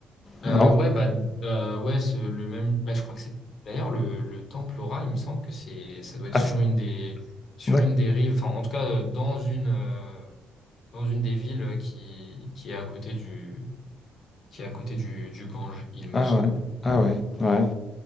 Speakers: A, on the left; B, on the left.
A: Non?
B: Euh, ouais, bah, euh, ouais, ce- le même. Bah, je crois que c'est d'ailleurs le, le temple Aura. Il me semble que c'est, ça doit être
A: Ah
B: sur
A: c'est
B: une des, sur
A: d'acc
B: une des rives. Enfin, en tout cas, euh, dans une, euh, dans une des villes qui, qui est à côté du, qui est à côté du, du Gange, il me
A: ah
B: semble.
A: ouais. Ah ouais, ouais.